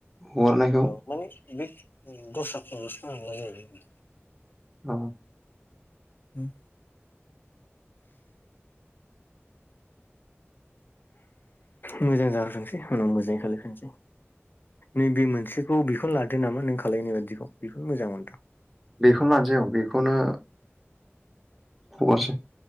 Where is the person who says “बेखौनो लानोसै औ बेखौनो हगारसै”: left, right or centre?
Centre